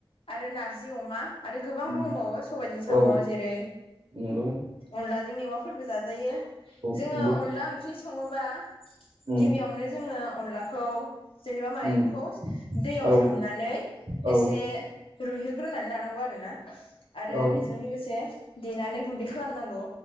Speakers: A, on the left (about 70°); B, on the right (about 75°).
A: आरो नारजि अमा आरो गोबां
B: उम
A: दंबावो सबायाइजों साम'
B: औ
A: जेरै
B: नंगौ
A: अनलाजों मेवाफोरबो जाजायो
B: औ नंगौ
A: जोङो अनला ओंख्रि सङोबा
B: उम
A: गिबियावनो जोङो अनलाखौ जेनेबा माइरंखौ
B: उम
A: दैयाव
B: औ
A: सोमनानै
B: औ
A: एसे रुइहोग्रोनानै लानांगौ आरो आरो
B: औ
A: बेजों लोगोसे देनानै गुन्दै खालामनांगौ